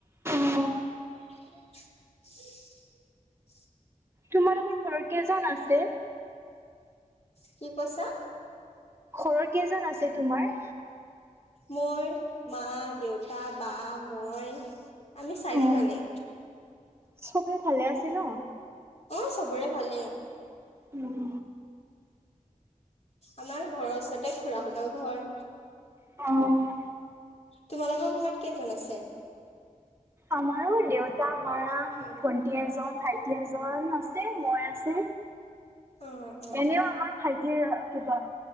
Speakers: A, on the right (about 20°); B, on the left (about 50°).
A: উম
B: <unintelligible> <unintelligible>
A: তোমালোকৰ ঘৰৰত কেইজন আছে
B: কি কৈছা
A: ঘৰৰ কেইজন আছে তোমাৰ
B: মোৰ মা দেউতা বা মই আমি চাৰি
A: অ'।
B: জনাই
A: চবে ভালে আছে ন
B: অ চবৰে ভালেই
A: উম
B: আমাৰ ঘৰৰ ওচৰতে খুৰাহঁতৰ ঘৰ
A: অ',
B: তোমালোকৰ ঘৰত কেইজন আছে?
A: আমাৰো দেউতা মাৰ ভন্টি এজন ভাইটি এজন আছে। যে মই আছে।
B: অ অ
A: এনেও আমাৰ ভাইটিৰ কিবা